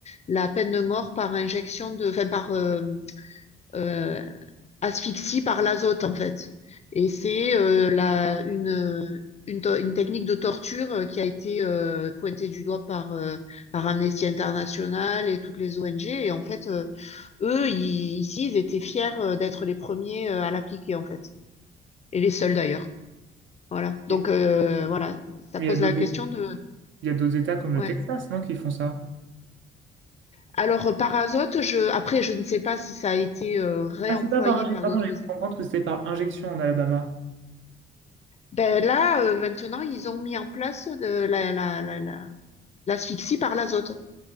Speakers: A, on the left (about 35°); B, on the right (about 70°).
A: la peine de mort par injection de, enfin par euh, euh, asphyxie par l'azote en fait. Et c'est euh, la une euh, une, to- une technique de torture euh, qui a été euh, pointée du doigt par euh, par Amnesty International et toutes les ONG. Et en fait, euh, eux ils- ici ils étaient fiers euh, d'être les premiers euh, à l'appliquer en fait et les seuls d'ailleurs. Voilà. Donc
B: Et-
A: euh, voilà, ça
B: Mais
A: pose
B: il y a d'autres,
A: la question de
B: il y a d'autres États comme
A: ouais.
B: le Texas, non, qui font ça.
A: Alors euh, par azote, je après je ne sais pas si ça a été euh, réemployé
B: Ah, c'est pas par injection.
A: par
B: Pardon,
A: d'autres
B: j'ai cru comprendre que c'était par injection en Alabama.
A: Ben là, euh, maintenant, ils ont mis en place de la, la, la, la- l'asphyxie par l'azote.